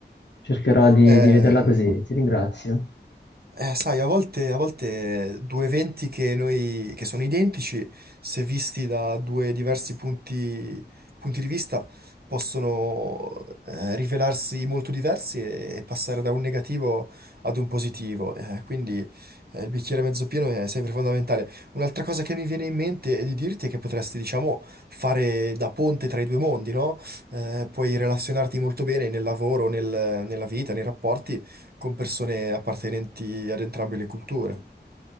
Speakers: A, on the left (about 75°); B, on the right (about 60°).
A: Cercherò di,
B: Eh,
A: di vederla così, ti ringrazio.
B: Eh, sai, a volte, a volte due eventi che, noi, che sono identici, se visti da due diversi punti, punti di vista, possono eh, rivelarsi molto diversi e, e passare da un negativo ad un positivo. Eh, quindi eh, il bicchiere mezzo pieno è sempre fondamentale. Un'altra cosa che mi viene in mente è di dirti è che potresti, diciamo, fare da ponte tra i due mondi, no? Eh, puoi relazionarti molto bene nel lavoro, nel- nella vita, nei rapporti con persone appartenenti ad entrambe le culture.